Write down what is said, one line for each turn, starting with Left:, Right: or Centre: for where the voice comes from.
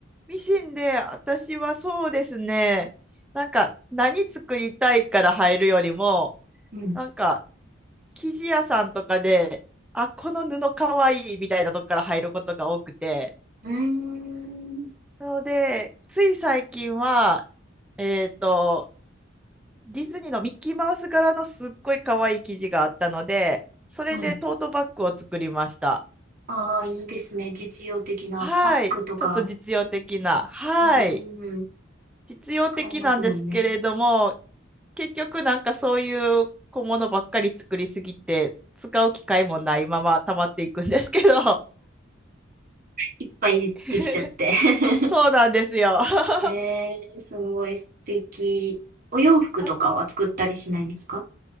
Centre: ミシンで、私はそうですね。なんか、何作りたいから入るよりも、
Right: うん。
Centre: なんか、生地屋さんとかで、あ、この布かわいいみたいなとこから入ることが多くて、
Right: うーん。
Centre: なので、つい最近は、えっと、ディズニーのミッキーマウス柄のすっごい可愛い生地があったので、それでトートバッグを作りました。
Right: はい。ああ、いいですね。実用的なバッグとか、
Centre: はい。ちょっと実用的な。はい。
Right: うんうんうん。
Centre: 実用的なんですけれども、
Right: 使えますもんね。
Centre: 結局なんかそういう小物ばっかり作りすぎて、使う機会もないまま溜まっていくんですけど。
Right: いっぱいできちゃって。
Centre: <laughs>
Right: <laughs>
Centre: そうなんですよ。<laughs>
Right: えー、すごい素敵。お洋服とかは作ったりしないんですか
Centre: あと、